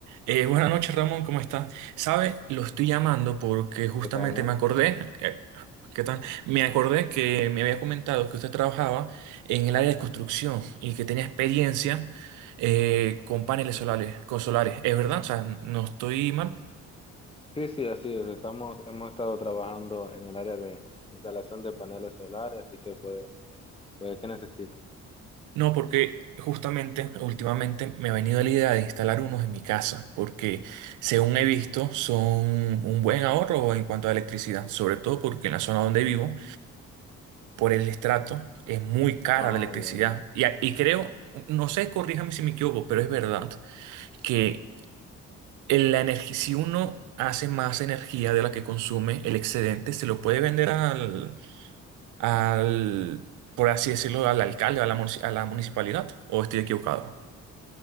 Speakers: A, on the right; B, on the left.
A: Eh, buenas noches, Ramón, ¿cómo estás? Sabe, lo estoy llamando porque justamente
B: ¿Qué tal, man?
A: me acordé, eh, ¿qué tal? Me acordé que me había comentado que usted trabajaba en el área de construcción y que tenía experiencia eh, con paneles solares, con solares. ¿Es verdad? O sea, no estoy mal.
B: Sí, sí, así es. Estamos, hemos estado trabajando en el área de instalación de paneles solares, así que puede, puede, ¿qué necesita?
A: No, porque justamente últimamente me ha venido la idea de instalar unos en mi casa, porque según he visto son un buen ahorro en cuanto a electricidad, sobre todo porque en la zona donde vivo. por el estrato, es muy cara
B: Ah,
A: la electricidad.
B: bien, bien.
A: Y, a- y creo, no sé, corríjame si me equivoco, pero es verdad que el- la energía, si uno hace más energía de la que consume, el excedente se lo puede vender al, al, por así decirlo, al alcalde, a la, munici- a la municipalidad, o estoy equivocado.